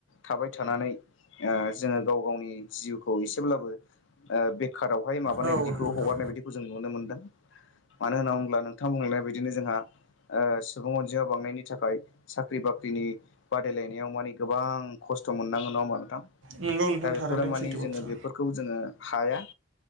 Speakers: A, on the left; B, on the right.
A: थाबाय थानानै ओ जोङो गाव गावनि जिउखौ एसे एसेब्लाबो ओ बेखारावहाय माबानाय
B: औ
A: बायदिखौ
B: नंगौ नोंथां
A: हगारनाय बायदिखौ जों नुनो मोनदों। मानो होनना बुंब्ला नोंथां बुंनाय बायदि बिदिनो जोंहा ओ सुबुं अनजिमा बांनायनि थाखाय साख्रि बाख्रिनि बादायलायनायाव माने गोबां खस्थ' मोननांगौ नङाहोमबा नोंथां?
B: नोंगौ नोंथां
A: दा बेफोरो
B: थारैनो बे
A: मानि
B: सैथो
A: जोङो
B: बाथ्रा
A: बेफोरखौ जोङो हाया